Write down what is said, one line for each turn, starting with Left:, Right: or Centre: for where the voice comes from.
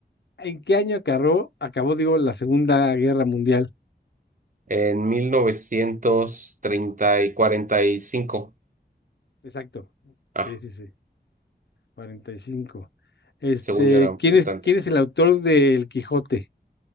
Left: ¿En qué año acabó, acabó, digo, la Segunda Guerra Mundial?
Right: En 1930 y 45.
Left: Exacto.
Right: Ah,
Left: Sí, sí, sí. 45. Este,
Right: según yo era un
Left: ¿quién
Right: poquito
Left: es,
Right: antes.
Left: quién es el autor del Quijote?